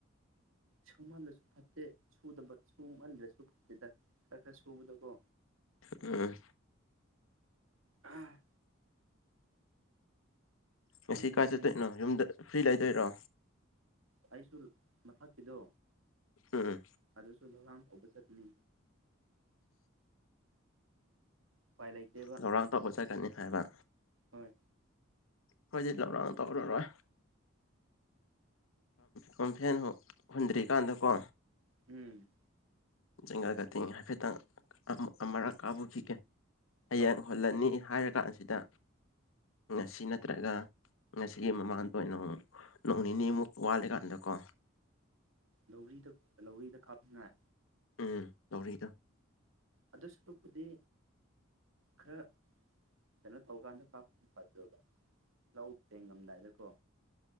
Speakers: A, on the right (about 80°); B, on the left (about 80°).
A: ꯁꯨꯍꯜꯂꯁꯨ ꯐꯠꯇꯦ ꯁꯨꯗꯕ ꯁꯨꯍꯟꯗꯁꯨ ꯐꯠꯇꯦꯗ ꯈꯔ ꯈꯔ ꯁꯨꯕꯗꯀꯣ
B: ꯎꯝ
A: ꯑ ꯈꯪꯗ꯭ꯔꯦꯅꯦ
B: ꯉꯁꯤ ꯀꯥꯏ ꯆꯠꯇꯣꯏꯅꯣ ꯌꯨꯝꯗ ꯐ꯭ꯔꯤ ꯂꯩꯗꯣꯏꯔꯣ
A: ꯑꯩꯁꯨ ꯃꯊꯛꯀꯤꯗꯣ
B: ꯎꯝ
A: ꯑꯗꯨꯁꯨ ꯑꯣꯕ ꯆꯠꯅꯤ ꯎꯄꯥꯏ ꯂꯩꯇꯦꯕ
B: ꯊꯧꯔꯥꯡ ꯇꯧꯕ ꯆꯠꯀꯅꯤ ꯍꯥꯏꯕ
A: ꯍꯣꯏ
B: ꯐꯣꯏꯖꯤꯠ ꯂꯧꯔꯅ ꯇꯧꯔꯔꯣꯏ ꯄꯝꯐꯦꯟ ꯍꯨꯟꯗ꯭ꯔꯤꯀꯥꯟꯗꯀꯣ
A: ꯎꯝ
B: ꯖꯪꯒꯜ ꯀꯇꯤꯡ ꯍꯥꯏꯐꯦꯠꯇꯪ ꯑꯃꯨꯔꯛ ꯀꯥꯕꯨꯈꯤꯒꯦ ꯍꯌꯦꯡ
A: ꯂꯧ
B: ꯍꯣꯜꯂꯅꯤ ꯍꯥꯏꯔꯀꯥꯟꯁꯤꯗ ꯉꯁꯤ ꯅꯠꯇ꯭ꯔꯒ ꯉꯁꯤꯒꯤ ꯃꯃꯥꯡꯗꯣ ꯅꯣꯡ ꯅꯣꯡ ꯅꯤꯅꯤꯃꯨꯛ ꯋꯥꯠꯂꯀꯥꯟꯗꯀꯣ
A: ꯂꯧꯗ ꯂꯧꯔꯤꯗ ꯀꯥꯞꯃꯤꯉꯥꯏ
B: ꯎꯝ ꯇꯧꯔꯛꯏꯗꯣ
A: ꯑꯗꯨ ꯁꯔꯨꯛꯄꯨꯗꯤ ꯈꯔ ꯌꯥꯝꯅ ꯆꯧꯒꯥꯟꯗ ꯀꯥꯄ ꯐꯖꯕ ꯂꯧ ꯇꯦꯡꯉꯝꯗꯥꯏꯗꯀꯣ